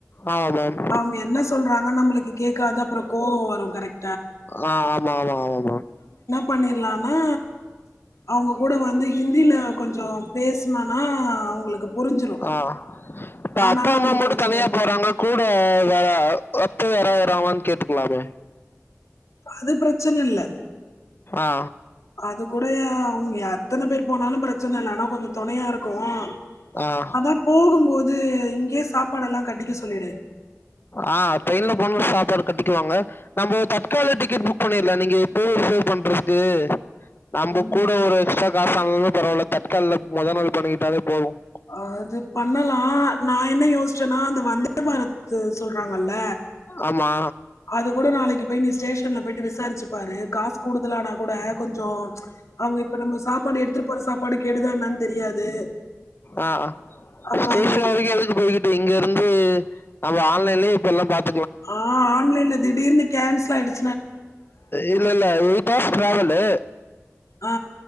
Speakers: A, on the left; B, on the left.
A: ஆமா மேம்.
B: அவங்க என்ன சொல்றாங் நம்மளுக்கு கேட்காத அப்புற கோவம் வரும் கரெக்ட்டா
A: ஆஹ் ஆமா ஆமா ஆமா மேம்
B: பண்ணிடலாம்னா அவங்க கூட வந்து ஹிந்தியில கொஞ்சம் பேசுனனா அவங்களுக்கு புரிஞ்சிரும்.
A: ஆஹ் இப்ப
B: அதனால
A: அப்பா
B: நம்மளுக்கு
A: அம்மா மட்டும்
B: பிரச்சனை
A: தனியா
B: இல்ல.
A: போறாங்க கூட வேற அப்ப யார யராமான்னு கேட்டுக்கலாமே
B: அது பிரச்சன இல்ல
A: ஆ.
B: அது கூட அவங்க எத்தன பேர் போனாலும் பிரச்சன இல்ல ஆனா கொஞ்சம் துணையா இருக்கும்
A: ஆ.
B: அதான் போகும்போது இங்கயே சாப்பாடெல்லாம் கட்டிக்க சொல்லிடு
A: ஆ ட்ரெயின்ல போனா கட்டிக்குவாங்க நம்போ தக்கால டிக்கெட் புக் பண்ணல நீங்க எப்போ சேவ் பண்றதுக்கு நம்ம
B: உம்
A: கூட ஒரு எக்ஸ்ட்ரா காசு ஆனாலும் பரவால தக்கால மொதல் நாள் பண்ணிக்கிட்டாலே போதும்
B: அது பண்ணலாம் நா என்ன யோசு ன்னா அந்த வந்தே பாரத்து சொல்றாங்கல
A: ஆமா
B: அது கூட நாளைக்கி போய் நீ ஸ்டேஷன்ல போயிட்டு விசாரிச்சு பாரு காசு குடுக்கலனா கூட கொஞ்சம் அவங்க இப்ப நம்ம சாப்பாடு எடுத்துட்டு போற சாப்பாடு கெடுதான்னு தெரியாது
A: ஆ
B: அப்புறம்
A: ஸ்டேஷன்
B: அது
A: வரைக்கும் எதுக்கு போய்கிட்டு இங்க இருந்து நம்ம ஆன்லைன்லய இப்ப எல்லாம் பாத்
B: ஆஹ் ஆன்லைன் ல திடீர்னு கோன்சல் ஆயிடுஜு
A: இல்ல இல்ல எயிட் ஹார்ஸ் ட்ராவலு
B: ஆ ஆ